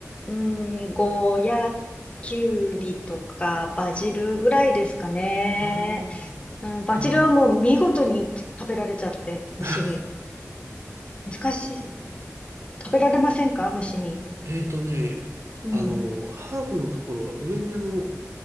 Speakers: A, on the left (about 20°); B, on the right (about 60°).
A: うん、ゴーヤ、キュウリとか、バジルぐらいですかね。
B: ああ、
A: うん、バジルはもう見事に食べられちゃって、
B: あの、
A: 虫に。
B: <laughs>
A: 難しい。食べられませんか虫に。
B: えーとね、
A: うん。
B: あの、ハーブのところは上にあの、